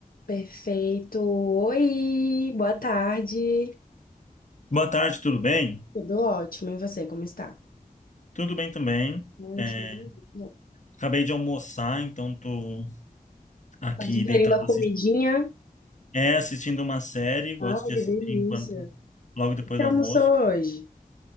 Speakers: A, on the left; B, on the left.
A: Perfeito. Oi, boa tarde.
B: Boa tarde, tudo bem?
A: Tudo ótimo. E você, como está?
B: Tudo bem também.
A: Ai,
B: É,
A: que maravilha.
B: acabei de almoçar, então tô aqui
A: Tá digerindo
B: deitado
A: a comidinha?
B: assistindo, é, assistindo uma série, gosto
A: Ai,
B: de
A: que
B: assistir
A: delícia.
B: enquanto logo depois
A: O que você
B: do
A: almoçou
B: almoço.
A: hoje?